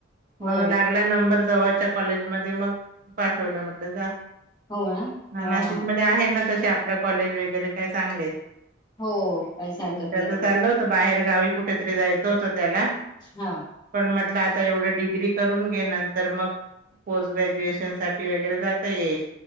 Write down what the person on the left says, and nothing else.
हो
हो ना
ह ह
हो काहीच हरकत
नाही उलट
हा